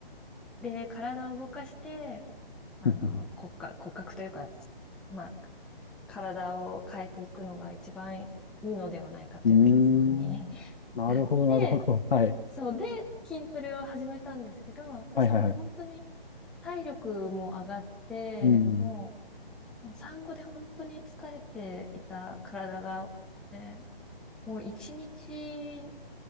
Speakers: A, in the centre; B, on the left (about 60°).
A: で、体を動かして、あの、
B: うん
A: 骨格、骨格というか、まあ、体を変えていくのが一番いいのではないかという結論に
B: んーん。
A: <laughs>
B: なるほどなるほど。
A: 至って、
B: はい。
A: そうで、筋トレを始めたんですけど、そしたら本当に
B: はいはいはい。
A: 体力も上がって、
B: うん。
A: もう、もう産後で本当に疲れていた体が、ね、もう一日